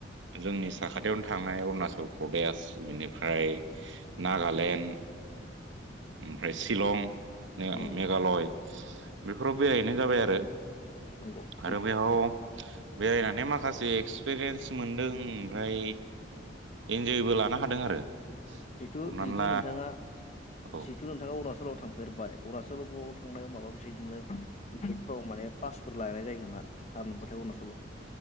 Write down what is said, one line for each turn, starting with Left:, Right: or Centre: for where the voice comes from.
Right: जोंनि साखाथियावनो थांनाय। अुचल प्रदेश बेनिफ्राय नागालेण्ड ओमफ्राय शिलं
Left: नंगौ
Right: मेघालय बेफोराव बेरायहैनाय जाबाय आरो
Left: नंगौ जिथु
Right: आरो बेयाव बेरायनानै माखासे एक्सपिरियेन्स मोनदों ओमफ्राय इन्जयबो लानो हादों आरो
Left: जिथु
Right: हमनानै
Left: जिथु
Right: ला
Left: नोंथांङा
Right: औ
Left: जिथु नोंथांङा अ लाव थांफेरबाय अरुणचलाव थांनायाव माबा मोनसे बिदिनो टिकेटफ्राव माने पासफोर लानाय जायो नामा आरो नुबाथाय अरुणाचलाव